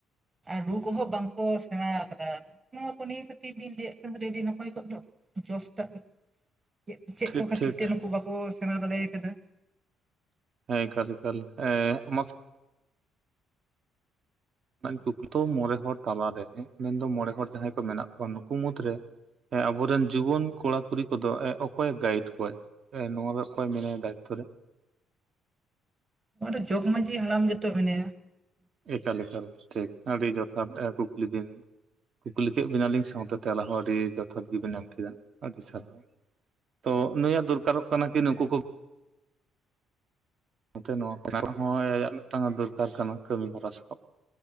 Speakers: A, on the right; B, on the right.
A: ᱟᱨ ᱨᱩ ᱠᱚᱦᱚᱸ ᱵᱟᱝ ᱠᱚ ᱥᱮᱬᱟ ᱟᱠᱟᱫᱟ ᱱᱚᱣᱟ ᱠᱚ ᱱᱤᱭᱟᱹ ᱠᱟᱹᱴᱤᱡ ᱵᱤᱱ ᱞᱟᱹᱭᱟᱫ ᱠᱷᱟᱱ ᱠᱟᱴᱤᱡ ᱟᱹᱰᱤ ᱱᱟᱯᱟᱭ ᱠᱚᱜ ᱫᱚ ᱡᱚᱥ ᱴᱟᱜ ᱪᱮᱫ ᱪᱮᱫ
B: ᱴᱷᱤᱠ
A: ᱠᱚ ᱠᱷᱟᱹᱛᱤᱨ
B: ᱴᱷᱤᱠ
A: ᱛᱮ ᱱᱩᱠᱩ ᱵᱟᱠᱚ ᱥᱮᱬᱟ ᱫᱟᱲᱮᱠᱟᱫᱟ
B: ᱦᱮᱸ ᱮᱠᱟᱞ ᱮᱠᱟᱞ ᱮ ᱢᱟᱥ ᱫᱩᱠ ᱫᱚ ᱢᱚᱬᱮ ᱦᱚᱲ ᱛᱟᱞᱟᱨᱮ ᱢᱮᱱᱫᱚ ᱢᱚᱬᱮ ᱦᱚᱲ ᱡᱟᱦᱟᱸᱭ ᱠᱚ ᱢᱮᱱᱟᱜ ᱠᱚᱣᱟ ᱱᱩᱠᱩ ᱢᱩᱫᱽᱨᱮ ᱟᱵᱚᱨᱮᱱ ᱡᱩᱣᱟᱹᱱ ᱠᱚᱲᱟ ᱠᱩᱲᱤ ᱠᱚᱫᱚ ᱚᱠᱚᱭ ᱮ ᱜᱟᱭᱤᱰ ᱠᱚᱣᱟᱭ ᱦᱮᱸ ᱱᱚᱣᱟ ᱫᱚ ᱚᱠᱚᱭ ᱢᱮᱱᱟᱭᱟ ᱫᱟᱭᱤᱠᱛᱚ ᱨᱮ
A: ᱱᱚᱰᱮ ᱡᱚᱜᱽ ᱢᱟᱺᱡᱷᱤ ᱦᱟᱲᱟᱢ ᱜᱮᱛᱚ ᱢᱮᱱᱟᱭᱟ
B: ᱮᱠᱟᱞᱮᱠ ᱴᱷᱤᱠ ᱟᱹᱰᱤ ᱡᱚᱛᱷᱟᱛ ᱠᱩᱠᱞᱤ ᱵᱤᱱ ᱠᱩᱠᱞᱤ ᱠᱮᱫ ᱵᱮᱱᱟᱞᱤᱧ ᱥᱟᱶᱛᱮ ᱛᱮᱞᱟ ᱦᱚᱸ ᱟᱹᱰᱤ ᱡᱚᱛᱷᱟᱛ ᱜᱮᱵᱤᱱ ᱮᱢ ᱠᱮᱫᱟ ᱟᱹᱰᱤ ᱥᱟᱨᱦᱟᱣ ᱛᱚ ᱱᱩᱭᱟᱜ ᱫᱚᱨᱠᱟᱨᱚᱜ ᱠᱟᱱᱟ ᱠᱤ ᱱᱩᱠᱩ ᱠᱚ ᱱᱚᱛᱮ ᱱᱚᱣᱟ ᱠᱚ ᱦᱚᱸ ᱟᱭᱟᱜ ᱢᱤᱫᱴᱟᱝ ᱫᱚᱨᱠᱟᱨ ᱠᱟᱱᱟ ᱠᱟᱹᱢᱤ ᱦᱚᱨᱟ ᱥᱟᱠᱟᱵ